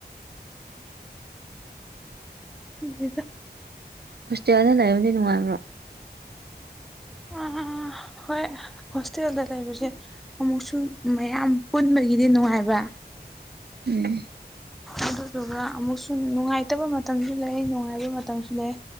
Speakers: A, in the centre; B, on the right.
A: ꯈꯪꯗꯦꯗꯥ ꯫
B: ꯍꯣꯁꯇꯦꯜꯅ ꯂꯩꯔꯝꯗꯤ ꯅꯨꯡꯉꯥꯏꯕ꯭ꯔꯣ
A: <unintelligible> ꯍꯣꯏ ꯍꯣꯁꯇꯦꯜꯗ ꯂꯩꯕꯁꯦ ꯑꯃꯨꯛꯁꯨ ꯃꯌꯥꯝ ꯄꯨꯟꯕꯒꯤꯗꯤ ꯅꯨꯡꯉꯥꯏꯕ
B: ꯎꯝ
A: ꯑꯗꯨꯗꯨꯒ ꯑꯃꯨꯛꯁꯨ ꯅꯨꯡꯉꯥꯏꯇꯕ ꯃꯇꯝꯁꯨ ꯂꯩ ꯅꯨꯡꯉꯥꯏꯕ ꯃꯇꯝꯁꯨ ꯂꯩ꯫